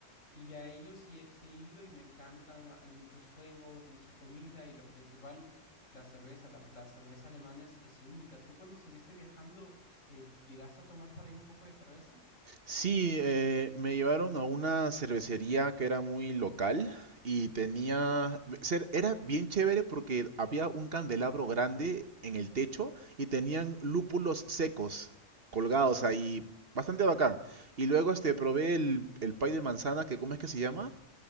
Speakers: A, on the left; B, on the right.
A: y a ellos sí, he- sí he ido y me encantan. Hay muchos juegos, mucha comida y lo principal, la cerveza. La, la cerveza alemana es, es única. ¿Tú cuando estuviste viajando, eh, llegaste a tomar por ahí un poco de cerveza?
B: Sí, eh, me llevaron a una cervecería que era muy local y tenía... ser- Era bien chévere porque había un candelabro grande en el techo y tenían lúpulos secos colgados ahí. Bastante bacán. Y luego este, probé el, el pay de manzana que, ¿cómo es que se llama?